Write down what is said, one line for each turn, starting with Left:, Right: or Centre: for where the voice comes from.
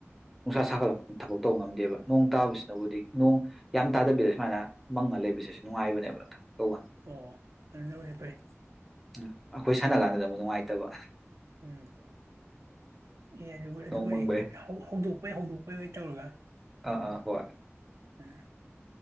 Centre: ꯅꯨꯡꯁꯥ
Right: ꯑꯣ
Centre: ꯁꯥꯒꯠꯂ ꯀꯥꯟ ꯊꯕꯛ ꯇꯧꯕ ꯉꯝꯗꯦꯕ ꯅꯣꯡ ꯇꯥꯕꯁꯤꯅꯕꯨꯗꯤ ꯅꯣꯡ ꯌꯥꯝ ꯇꯥꯗꯕꯤꯗ ꯁꯨꯃꯥꯏꯅ ꯃꯪꯉ ꯂꯩꯕꯁꯦ ꯁꯤ ꯅꯨꯡꯉꯥꯏꯕꯅꯦꯕ ꯊꯕꯛ ꯇꯧꯀꯥꯟꯗ
Right: ꯑꯣ ꯑꯗꯨꯅꯕꯨꯗꯤ ꯐꯩ
Centre: ꯎꯝ ꯑꯩꯈꯣꯏ ꯁꯥꯟꯅ ꯀꯥꯟꯗꯅ ꯑꯃꯨꯛ ꯅꯨꯡꯉꯥꯢ ꯇꯕ
Right: ꯎꯝ ꯑꯦ ꯑꯗꯨꯕꯨ ꯑꯗꯨꯕꯨꯗꯤ
Centre: ꯅꯣꯡ ꯃꯪꯕꯩ
Right: ꯍꯦꯛꯇ ꯍꯧ ꯍꯧꯗꯣꯛ ꯄꯩ ꯍꯧꯗꯣꯛꯄꯩ ꯑꯣꯏ ꯇꯧꯔꯒ
Centre: ꯑꯥ ꯑꯥ ꯍꯣꯏ
Right: ꯎꯝ